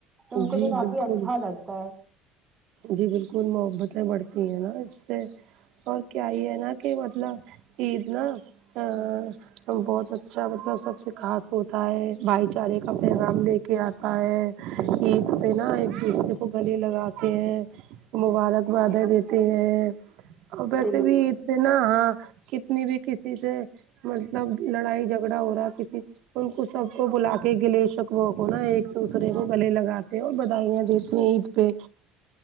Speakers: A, on the right (about 20°); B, on the right (about 65°).
A: تو ان
B: جی
A: کو بھی کافی
B: بالکل
A: اچھا لگتا ہے
B: جی بالکل محبتیں بڑھتی ہیں نا اس سے اور کیا ہی ہے نا کہ مطلب عید نا ا بہت اچھا مطلب سب سے خاص ہوتا ہے بھائی چارے کا پیغام دیتے کہ آتا ہے عید پہ نا ایک دوسرے کو گلے لگا تے ہیں مبارکبادئیں دیتے ہیں اور ویسے
A: بالکل
B: بھی ات نا ہاں کتنی بھی کسی سے مطلب لڑائی جھگڑا ہو رہا ہے کسی ان کو سب کو بلا کے گلے شکوں کو نا ایک دوسرے کو گلے لگاتے اور بداھائیاں دے یہ عید پہ